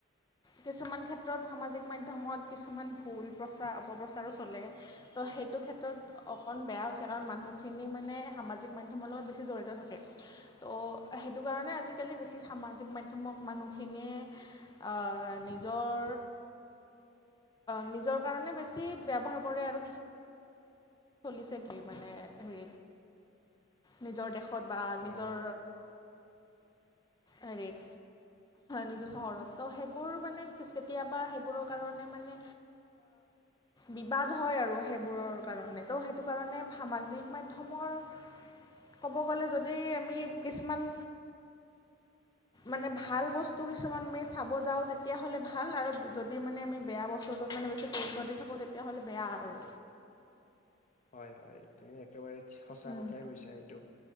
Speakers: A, on the left; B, on the left.
A: কিছুমান ক্ষেত্ৰত সামাজিক মাধ্যমত কিছুমান ভুল প্ৰচা অপপ্ৰচাৰো চলে। তো সেইটো ক্ষেত্ৰত অকণ বেয়া হৈছে কাৰণ মানুহ খিনি মানে সামাজিক মাধ্যমৰ লগত বেছি জড়িত থাকে। ত' সেইটো কাৰণে আজিকালি বেছি সামাজিক মাধ্যমক মানুহখিনিয়ে আ, নিজৰ নিজৰ কাৰণে বেছি, ব্যৱহাৰ কৰে আৰু কিছু চলিছে কি মানে, হে নিজৰ দেশত। ত বা
B: হয়
A: নিজৰ
B: হয়।
A: হেৰিত। নিজৰ চহৰত, ত' সেইবোৰ মানে কেতিয়াবা সেইবোৰৰ কাৰণে মানে বিবাদ হয় আৰু সেইবোৰৰ কাৰণে। ত' সেইটো কাৰণে সামাজিক মাধ্যমৰ ক'ব গ'লে যদি আমি কিছুমান মানে ভাল বস্তু কিছুমান আম চাব যাওঁ তেতিয়া হলে ভাল আৰু, যদি মানে আমি বেয়া বস্তু চত'ত মানে বেছি গুৰুত্ব দি থাকো তেতিয়াহ'লে বেয়া আৰু।
B: হয় হয়। তুমি একেবাৰে সঁচা
A: উম
B: কথাই কৈছা সেইটো।